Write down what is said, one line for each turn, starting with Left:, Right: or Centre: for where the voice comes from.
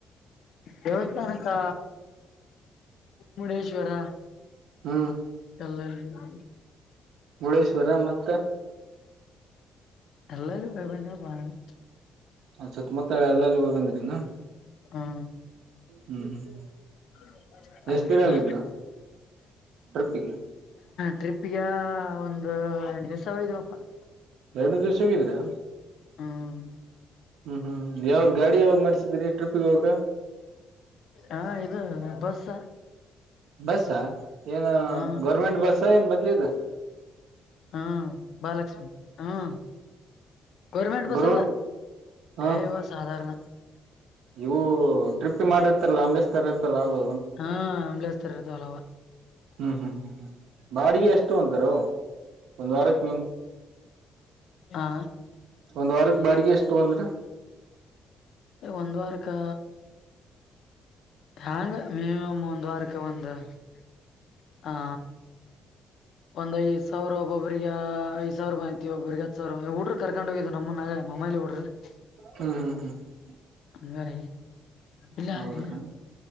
Left: ದೇವಸ್ಥಾನಕ್ಕ ಮುಡೇಶ್ವರ
Right: ಹ್ಮ
Left: ಚಲ್ಲಲ್ಲಿ <unintelligible>
Right: ಮುಳೇಶ್ವರ ಮತ್ತೆ
Left: ಎಲ್ಲ ಬಭಂದ <unintelligible>
Right: ಸುತ್ತಮುತ್ತಾಳ ಎಲ್ಲಲ್ಲಿೂ ಹೋಗಂದ್ರಿ ನ
Left: ಹ್ಮ್
Right: ಹ್ಮ್ ಹ್ಮ್
Left: <inaudible> ಅದಕ್ಕೆ
Right: ಎಷ್ಟ್ ದಿನ ಹೋಗಿದ್ರ ಟ್ರಿಪ್ಪಿಗೆ
Left: ಟ್ರಿಪ್ ಗ ಒಂದ ಎ ದಿವ್ಸಯಪ್ಪ <unintelligible>
Right: ಎರಡು ದಿವ್ಸ ಹೋಗಿದರ್ಯಾ
Left: ಹ್ಮ್
Right: ಹ್ಮ್ ಹ್ಮ್ ಯಾವ್ದ ಗಾಡಿ ಯಾವ್ದ್ ಮಾಡ್ಸಿದ್ರಿ ಟ್ರಿಪ್ಗೆ ಹೋಗಕ್ಕೆ
Left: ಹಾ ಇದು ಬಸ್
Right: ಬಸ್ಸ ಏನು
Left: ಹಾ
Right: ಗೌರ್ಮೆಂಟ್ ಬಸ್ ಏನ್ ಬದ್ಲಿದ
Left: ಹ್ಮ ಬಾಲಕ್ಷ್ಮಿ ಹ್ಮ ಗರ್ಮೆಂಟ್ ಬಸ
Right: ಗರು
Left: ಅಲ್ಲ
Right: ಹ
Left: ಎ ಯವ ಸಾಧಾರಣ
Right: ಇವು ಟ್ರಿಪ್ ಗೆ ಮಾಡಿರ್ತಲ್ಲ ಅಂಬಿಸ್ತರ್ ಇರ್ತ್ತಲ್ಲ ಅವ್ರು
Left: ಹಾ ಅಂಬ್ಲಸ್ತರತ ಹಲವ
Right: ಹ್ಮ ಹ್ಮ್ ಬಾಡಿಗೆ ಎಷ್ಟು ಒಂತಾರ ಒಂದ್ ವಾರಕ್ ನೀವ್
Left: ಹಾ
Right: ಒಂದ್ ವಾರಕ್ ಬಾಡಿಗೆ ಎಷ್ಟು ತಗೊಂಡ್ರಿ
Left: ಒಂದು ವಾರಕ್ಕಾ ಹಂಗ ಮಿನಿಮಂ ಒಂದ ವಾರಕ್ಕೆ ಬಂದ <unintelligible> ಹಾ ಒಂದ್ಐದ ಸಾವಿರ ಒಬ್ಬ್ರಿಗೆ ಐದ ಸಾವಿರ್ಐತಿ ಒಬಿಗೆ ಹತ್ತು ಸಾವಿರ ಹುಡುಗರ ಕರ್ಕೊಂಡ್ ಹೋಗಿದು ನಮ್ಮನಾಗ ಮಮ್ಮಲಿ ಬಿೋಡ್ರಿ <unintelligible>
Right: ಹ್ಮ್ ಹ್ಮ್ ಹ್ಮ್
Left: ಹಂಗಾರ ಇಲ್ಲ
Right: ಹೌದ್ರಿ
Left: ಹಾಗಲಿ <unintelligible>